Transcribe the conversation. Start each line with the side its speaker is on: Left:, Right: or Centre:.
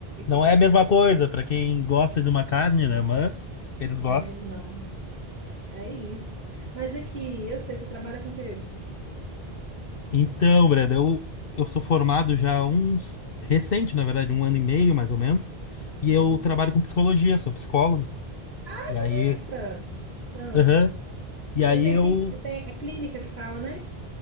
Left: Não
Right: <laughs>
Left: é a mesma coisa pra quem gosta de uma carne,
Right: Não,
Left: né? Mas eles
Right: não
Left: gostam.
Right: é mesmo, não. É isso. Mas aqui, eu sei, você trabalha com o quê?
Left: Então, Brenda, eu, eu sou formado já há uns recente, na verdade, um ano e meio mais ou menos,
Right: Hum.
Left: e eu trabalho com psicologia, sou psicólogo.
Right: Ah,
Left: E
Right: que
Left: aí,
Right: massa! Ah,
Left: aham. E aí
Right: você tem,
Left: eu
Right: clí- você tem, é clínica que fala, né?